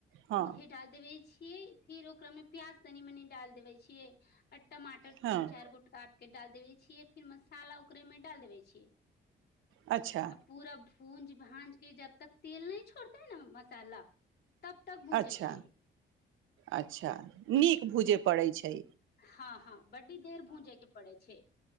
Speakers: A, on the right (about 80°); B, on the left (about 55°).
A: हँ
B: उहे डाल देबै छियै फिर ओकरामे प्याज तनी मनि डालि देबै छियै आ ट टमाटर
A: हँ
B: तीन चार गोट काटके डाल देबे छियै फिर मसाला ओकरेमे डाल देबे छियै आ
A: अच्छा
B: पूरा भूंज भाँज के जब तक तेल नहि छोड़तै न मसाला तब तक पहुँचै
A: अच्छा
B: छियै
A: अच्छा नीक भूजय पड़ैत छै
B: हँ हँ बड्डी देर भूजै के पड़े छै